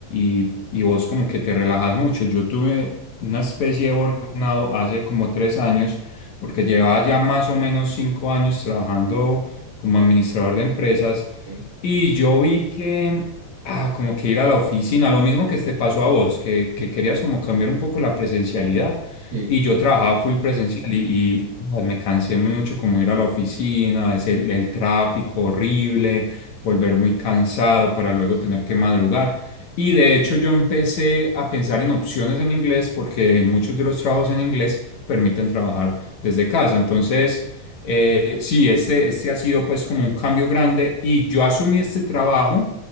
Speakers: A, on the left (about 65°); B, on the right (about 60°).
A: y- y vos como que te relajas mucho. Yo tuve una especie de burnout hace como tres años porque llevaba ya más o menos cinco años trabajando como administrador de empresas
B: Ok,
A: y yo vi que, ah, como que ir a la oficina, lo mismo que te pasó a vos, que,
B: Sí.
A: que querías como cambiar un poco la presencialidad.
B: Sí,
A: Y yo trabajaba full presencial y, y, ah, me cansé mucho como ir a la oficina, es el, el tráfico horrible, volver muy cansado para luego tener que madrugar. Y de hecho yo empecé a pensar en opciones en inglés porque muchos de los trabajos en inglés permiten trabajar desde casa. Entonces... Eh, sí, este, este ha sido pues como un cambio grande y yo asumí este trabajo